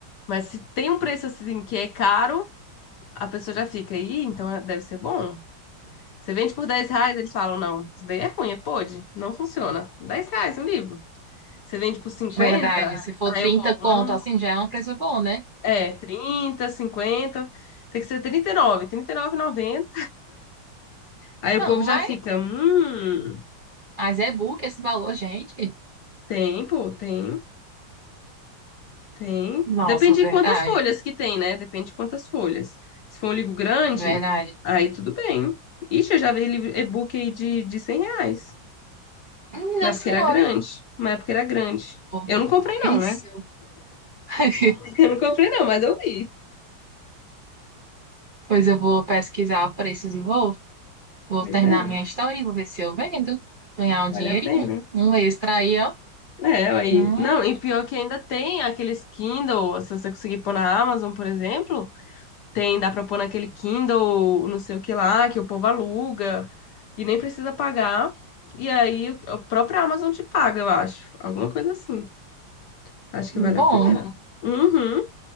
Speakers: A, on the left (about 65°); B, on the right (about 40°).
A: Mas se tem um preço assim que é caro, a pessoa já fica aí, então é- deve ser bom. Você vende por 10 reais, eles falam, não, isso daí é ruim, é pode, não funciona. 10 reais um livro. Você vende por 50,
B: Verdade. Se for
A: aí
B: trinta
A: o povo,
B: conto,
A: "Hum,
B: assim, já é um preço bom, né?
A: É, 30 cinquenta tem que ser 39, noventa Aí
B: Não,
A: o povo
B: mas,
A: já fica, hum,
B: mas é book esse valor, gente.
A: tem, pô, tem, tem.
B: Nossa,
A: Depende
B: verdade.
A: de quantas folhas que tem, né? Depende de quantas folhas. Se for um livro grande,
B: Verdade.
A: aí tudo bem. Ixi, eu já vi livro e-book aí de, de 100 reais.
B: Minha
A: Mas é
B: senhora.
A: porque era grande, mas é porque era grande.
B: Pois,
A: Eu não comprei não, né?
B: <laughs>
A: <laughs> Eu não comprei não, mas eu vi.
B: pois eu vou pesquisar preços e vou. Vou
A: Pois
B: terminar
A: é,
B: minha história e vou ver se eu vendo. Ganhar um
A: vale
B: dinheirinho.
A: a pena.
B: Um extra aí, ó.
A: É, aí.
B: Hum,
A: Não, e pior que ainda tem aqueles Kindle, se você conseguir pôr na Amazon, por exemplo, Tem, dá pra pôr naquele Kindle, não sei o que lá, que o povo aluga e nem precisa pagar. E aí o- a própria Amazon te paga, eu acho. Alguma coisa assim. Acho que
B: bom.
A: vale a pena. É. Uhum,